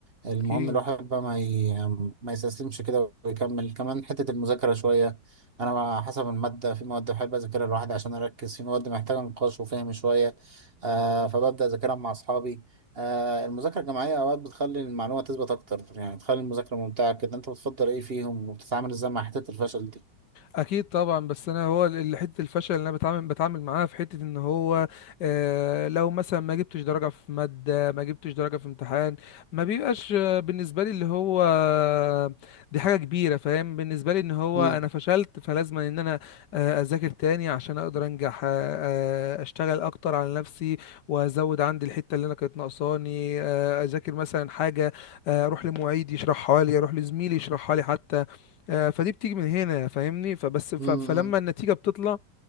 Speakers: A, on the right (about 35°); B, on the left (about 70°).
A: المهم
B: اكيد
A: الواحد بقى ما ي... ما يستسلمش كده ويكمل كمان حتة المذاكرة شوية انا مع- حسب الماده في مواد بحب اذاكرها لوحدي عشان اركز في مواد محتاجه نقاش وفهم شويه آه فببدا اذاكرها مع اصحابي آه المذاكره الجماعيه اوقات بتخلي المعلومه تثبت اكتر يعني تخلي المذاكره ممتعه كده انت بتفضل ايه فيهم وبتتعامل ازاي مع حته الفشل دي
B: اكيد طبعا بس انا هو ال- حته الفشل اللي انا بتعامل بتعامل معاها في حته ان هو آه لو مثلا ما جبتش درجه في ماده ما جبتش درجه في امتحان ما بيبقاش آه، بالنسبه لي اللي هو آه، دي حاجه كبيره فاهم بالنسبه لي ان هو
A: امم
B: انا فشلت فلازم ان انا آه اذاكر تاني عشان اقدر انجح آه آه، اشتغل اكتر على نفسي وازود عندي الحته اللي انا كانت ناقصاني آه اذاكر مثلا حاجه آه اروح لمعيد يشرحها لي اروح لزميلي يشرحها لي حتى آه، فدي بتيجي من هنا فاهمني فبس ف-
A: امم
B: فلما النتيجة بتطلع